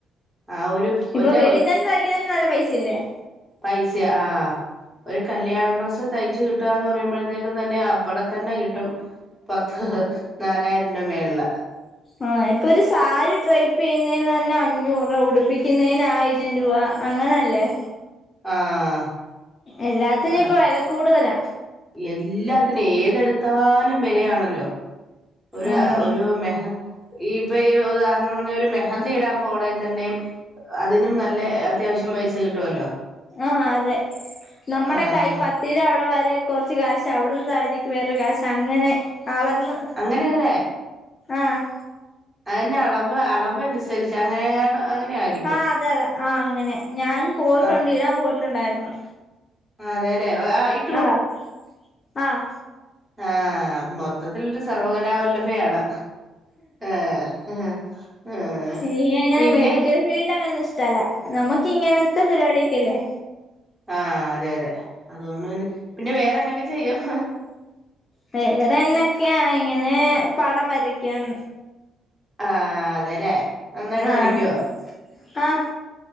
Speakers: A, in the centre; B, on the left.
A: ആ ഒരു വല്ല
B: ഇപ്പൊ വെളിത്തന്നെ തയ്ക്കാൻ നല്ല പൈസ ഇല്ലേ
A: പൈസ്യ ആ ഒരു കല്യാണ ഡ്രസ്സ് തയ്ച്ച് കിട്ട് ട്ടാന്ന് പറയുമ്പോഴത്തേക്കും തന്നെ അപ്പള തന്നെ കിട്ടും പത്ത് നാലായിരം രൂപ മേള്ല
B: ആ ഇപ്പൊ ഒരു സാരി ട്രൈപ്പ് ചെയ്യുന്നേന് തന്നെ അഞ്ഞൂറ്രൂപ ഉടിപ്പിക്കുന്നതിന് ആയിരം രൂപ അങ്ങനല്ലേ
A: ആഹ്
B: എല്ലാത്തിനും
A: ആഹ്
B: ഇപ്പൊ വെല കൂടുതലാ
A: എല്ലാത്തിനും ഏതെടുത്താലും വിലയാണല്ലോ ഒരു
B: ആഹ്
A: അ ഒരു മെഹ ഈ ഇപ്പൊ ഈ ഉദാഹരണം പറഞ്ഞാ ഒരു മെഹന്തി ഇടാൻ പോണെ തന്നെയും അതിനും നല്ല അത്യാവശ്യം പൈസ കിട്ടുവല്ലോ
B: ആ അതെ നമ്മുടെ
A: ആഹ്
B: കൈ പ ത്തീടെ അവിടെ വരെ കൊർച്ച് കാശ് അവിടുന്ന് തായിത്തീക്ക് വേറൊരു കാശ് അങ്ങനെ അളന്ന്
A: അങ്ങനെയാലേ
B: ആഹ്
A: അഅന്നെ അളവ് അളവ് അനുസരിച്ച് അങ്ങനെയാണ് അങ്ങനെയായിരിക്കും
B: ആ അതെ അതെ ആ അങ്ങനെ ഞാൻ പോയിട്ടുണ്ട്
A: ആ
B: ഇടാൻ പോയിട്ടുണ്ടായിരുന്നു
A: ആ അതെലെ ആ ഇപ്
B: ആഹ് ആഹ്
A: ആ മൊത്തത്തിൽരു സർവ്വകലാവല്ലഭയാണ് ആഹ് ഹ് ഹാ ആഹ്
B: എനിക്ക് അങ്ങനെ
A: പിന്നെ
B: മെഡിക്കൽ ഫീൽഡ് അങ്ങനെ ഒന്നും ഇഷ്ടല്ല നമക്ക് ഇങ്ങനത്തെ പരിപാടിയിക്കെല്ലേ
A: ആഹ് അതെ അതെ അതുകൊണ്ട് പിന്നെ പിന്നെ വേറെന്നെക്കെ ചെയ്യും
B: വേറെന്തൊക്കെയ ഇങ്ങനെ പടം വരക്കും
A: ആഹ് അതെല്ലേ നന്നായിട്ട്
B: ആഹ്
A: വരയ്ക്കുവോ
B: ആഹ്